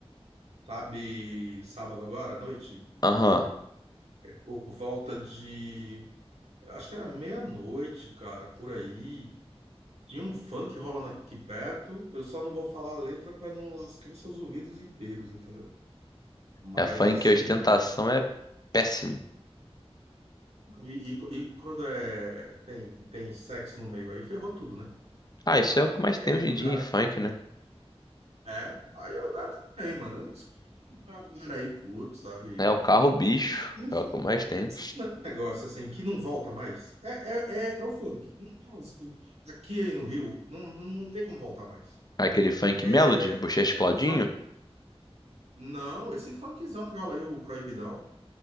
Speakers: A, on the right; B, on the left.
A: sabe, sábado agora, à noite?
B: Aham.
A: Por volta de. Acho que era meia-noite, cara, por aí. Tinha um funk rolando aqui perto. Eu só não vou falar a letra pra não lascar seus ouvidos inteiros, entendeu? Mas
B: É funk
A: assim,
B: ostentação
A: mano.
B: é péssimo.
A: E, e- e quando é tem, tem sexo no meio aí, ferrou tudo, né?
B: Ah, isso é o que mais
A: É
B: tem hoje
A: do
B: em dia
A: cara,
B: em funk, né?
A: É, aí eu dá tudo bem, mano. Eu não escuto a galera aí curto, sabe?
B: É o carro bicho,
A: Não
B: é
A: sei,
B: o que mais tem.
A: um negócio assim que não volta mais. É, é, é, é o funk. Não tem mais. Aqui aí no Rio, não, não, não tem como voltar mais.
B: Aquele funk
A: É,
B: melody, Buchecha e Claudinho?
A: funk. Não, esse funkzão que rola aí, o Proibidão,